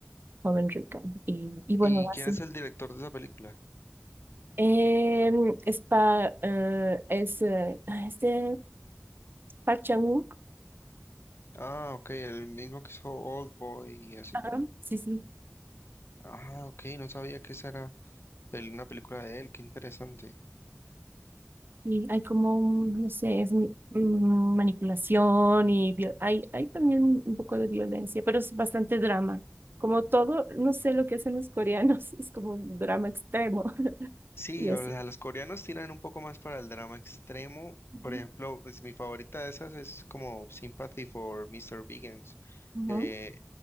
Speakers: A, on the right; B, on the left.
A: joven rica. Y, y bueno,
B: ¿Y quién
A: así.
B: es el director de esa película?
A: Em, es, pa, eh, es eh, este, Park Chan-wook,
B: Ah, ok, el mismo que hizo Oldboy y así.
A: ajá, sí, sí,
B: Ah, ok, no sabía que esa era pel- una película de él, qué interesante.
A: Sí, hay como, un, no sé, es mi- mm, manipulación y viol- hay, hay también un poco de violencia, pero es bastante drama. Como todo, no sé lo que hacen los coreanos, <laughs> es como un drama extremo. <laughs>
B: Sí,
A: Y
B: o
A: así.
B: sea, los coreanos tiran un poco más para el drama extremo.
A: Ujú,
B: Por ejemplo, pues, mi favorita de esas es como Sympathy for Mr. Vegans.
A: ujú.
B: Eh,